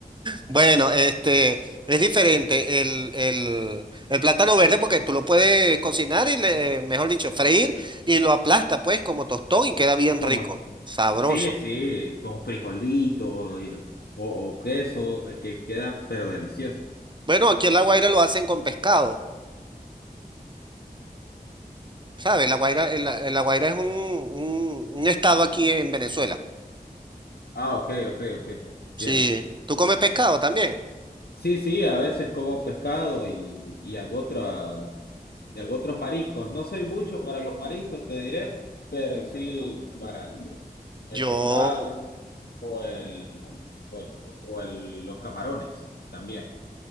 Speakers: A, on the right (about 30°); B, on the left (about 80°).
A: Bueno, este es diferente el, el, el plátano verde porque tú lo puedes cocinar y le, mejor dicho, freír y lo aplasta pues como tostón y queda bien
B: Tomate.
A: rico,
B: Sí,
A: sabroso.
B: sí, sí, con frijolitos y- o, o queso, eh, que queda, pero delicioso.
A: Bueno, aquí en La Guaira lo hacen con pescado, ¿sabes? La Guaira, el- la La Guaira es un, un, un estado aquí en Venezuela.
B: Ah, ok, ok, ok, entiendo.
A: Sí. ¿Tú comes pescado también?
B: Sí, sí, a veces como pescado y, y algo otras, y algo otros mariscos. No soy mucho para los mariscos, te diré, pero sí para el
A: Yo,
B: pescado o el, o el- o el- los camarones también.